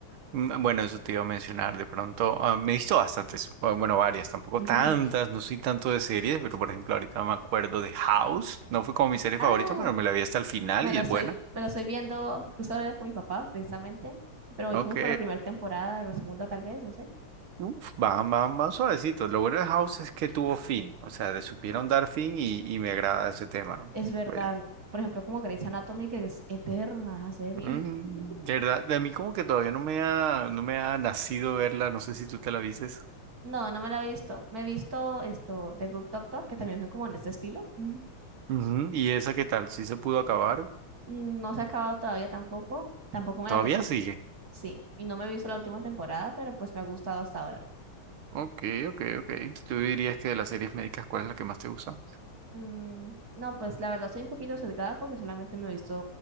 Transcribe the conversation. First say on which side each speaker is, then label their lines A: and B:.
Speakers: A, on the right; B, on the right.
A: Mm, Bueno, eso te iba a mencionar de pronto. ah, me he visto bastantes, o bueno, varias, tampoco
B: <laughs>
A: tantas, no soy tanto de series, pero por ejemplo ahorita me acuerdo de House. No fue como mi serie
B: Ah,
A: favorita, pero me la vi hasta el final
B: me
A: y
B: la
A: es
B: estoy,
A: buena.
B: me la estoy viendo justo ahora con mi papá, precisamente, pero voy
A: Ok.
B: como por la primera temporada, la segunda tal vez, no sé.
A: Uf, van, van, van suavecitos. Lo bueno de House es que tuvo fin. O sea, le supieron dar fin y, y me agrada ese tema.
B: Es verdad,
A: Pues,
B: por ejemplo, como Grey's Anatomy, que es eterna esa serie.
A: mm,
B: <laughs>
A: de verdad, de mí como que todavía no me ha, no me ha nacido verla. No sé si tú te la vistes.
B: No, no me la he visto. Me he visto esto, The Good Doctor, que también son como en este estilo. <laughs>
A: Ujú, ¿Y esa qué tal? ¿Sí se pudo acabar?
B: No se ha acabado todavía tampoco. Tampoco me
A: ¿Todavía
B: la... ter-
A: sigue?
B: Sí, y no me he visto la última temporada, pero pues me ha gustado hasta ahora.
A: Ok, ok, ok. ¿Tú dirías que de las series médicas, cuál es la que más te gusta?
B: Mm, no, pues la verdad soy un poquito sesgada porque solamente me he visto,